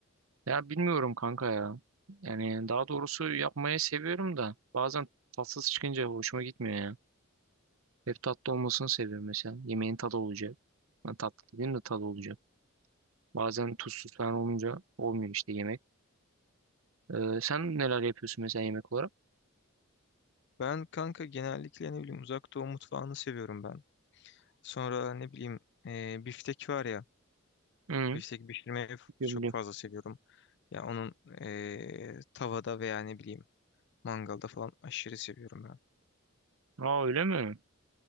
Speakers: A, on the right; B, on the left.
A: Ya bilmiyorum kanka ya. Yani daha doğrusu yapmayı seviyorum da bazen tatsız çıkınca hoşuma gitmiyor ya. Hep tatlı olmasını seviyorum mesela. Yemeğin tadı olacak. Yani tatlı dediğim de tadı olacak. Bazen tuzsuz falan olunca olmuyor işte yemek. Ee, sen neler yapıyorsun mesela yemek olarak?
B: Ben kanka genellikle ne bileyim uzak doğu mutfağını seviyorum ben. Sonra ne bileyim e, biftek var ya.
A: Hı,
B: Biftek pişirmeyi f-
A: biliyorum
B: çok
A: biliyorum.
B: fazla seviyorum. Ya onun e, tavada veya ne bileyim mangalda falan aşırı seviyorum ben.
A: Aa öyle mi?